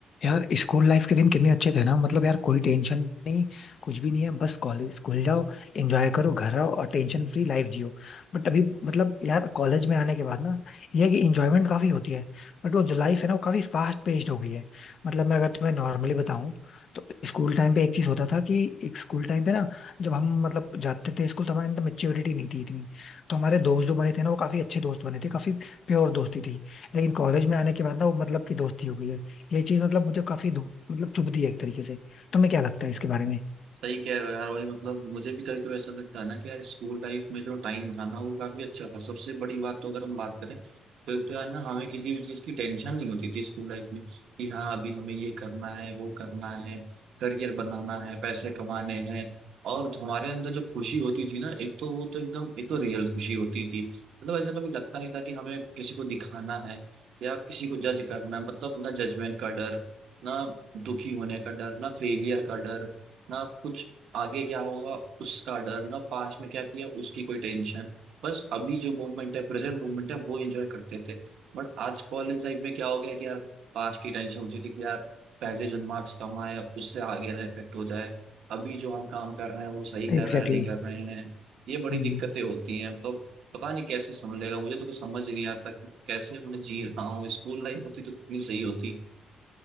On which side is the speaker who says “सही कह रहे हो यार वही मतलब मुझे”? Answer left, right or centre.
Right